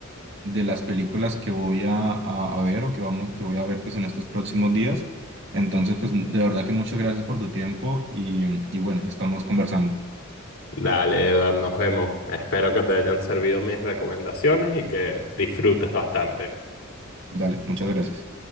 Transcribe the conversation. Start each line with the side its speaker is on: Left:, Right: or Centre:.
Right: mm, de las películas que voy a, a- a ver o que vamos, que voy a ver pues en estos próximos días. Entonces, pues de verdad que muchas gracias por tu tiempo y, y bueno, estamos conversando.
Left: Dale, Eduard, nos vemos. Espero que te hayan servido mis recomendaciones y que disfrutes bastante.
Right: Dale, muchas gracias.